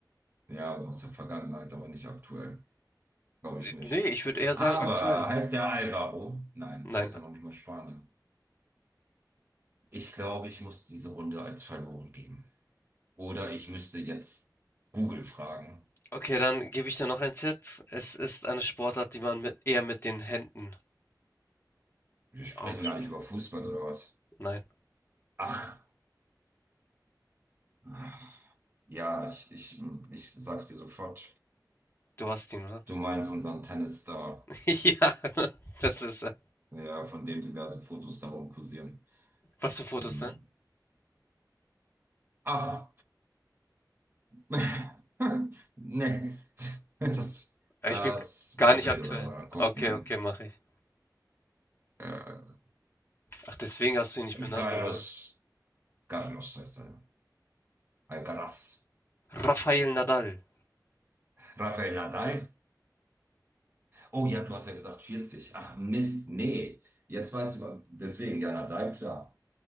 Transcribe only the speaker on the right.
Ja, aus der Vergangenheit, aber nicht aktuell. Glaube ich nicht.
Aber
heißt der Alvaro? Nein,
der ist ja noch nicht mal Spanier. Ich glaube, ich muss diese Runde als verloren geben. Oder ich müsste jetzt Google fragen.
Wir sprechen
gar nicht über Fußball oder was?
Ach, ach, ja, ich, ich, ich sag's dir sofort.
Du meinst unseren Tennisstar,
ja, von dem diverse Fotos darum kursieren.
Hm.
Ach, <laughs> nee, das,
das
musst
du dir
selber angucken.
Äh,
Carlos,
Carlos heißt er. Alcaraz.
Rafael Nadal Oh ja, du hast ja gesagt 40. Ach Mist, nee. Jetzt weißt du, wa- deswegen, ja, Nadal, klar.